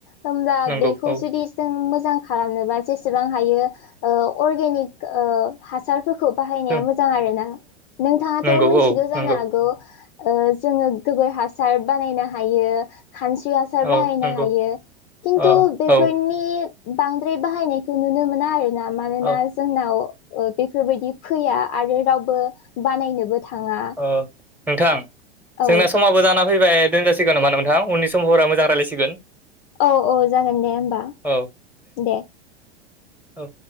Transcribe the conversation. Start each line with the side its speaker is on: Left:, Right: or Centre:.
Left: होमबा
Centre: नंगौ
Left: बेखौ
Centre: औ
Left: जुदि जों मोजां खालामनोबा जेसेबां हायो ओ अर्गेनिक ओ हासारफोरखौ बाहायनाया
Centre: जों
Left: मोजां आरो ना नोंथाङाथ'
Centre: नंगौ
Left: मिथिगौ
Centre: औ
Left: जानो
Centre: नंगौ
Left: हागौ ओ जोङो गोबोर हासार बानायनो हायो खानस्रि हासार
Centre: औ
Left: बाहायनो
Centre: नंगौ
Left: हायो। खिन्थु
Centre: अ
Left: बेफोरनि
Centre: औ
Left: बांद्राय बाहायनायखौ नुनो मोना आरो। ना मानोना
Centre: औ
Left: जोंनाव ओ बेफोरबायदि फैया आरो रावबो बानायनोबो थाङा।
Centre: अ नोंथां
Left: औ
Centre: जोंना समाबो जाना फैबाय। दोनजासिगोन नामा नोंथां उनि समावफोरा मोजां रायलायसिगोन।
Left: औ औ जागोन दे होमबा
Centre: औ
Left: दे।
Centre: औ